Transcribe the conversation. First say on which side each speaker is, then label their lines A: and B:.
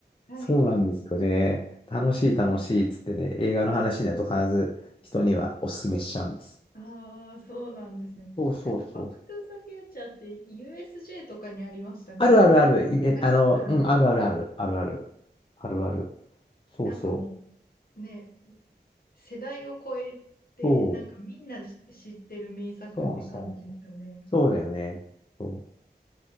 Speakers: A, on the left; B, on the left.
A: はい。
B: そうなんですよね。楽しい、楽しいっつってね、映画の話になると必ず人にはお勧めしちゃうんです。
A: ああ、そうなんですね。
B: そうそうそう。
A: なんか、バックトゥーザフューチャーって USJ とかにありましたっけ
B: あるあるある、いえあの、
A: ありますよね。
B: うん、あるあるある、あるある、あるある。そうそう。
A: なんかもう、ね、世代を超えて、
B: そう、
A: なんかみんなし知ってる名作って感じですよね。
B: そうそうそう。そうだよね。そう、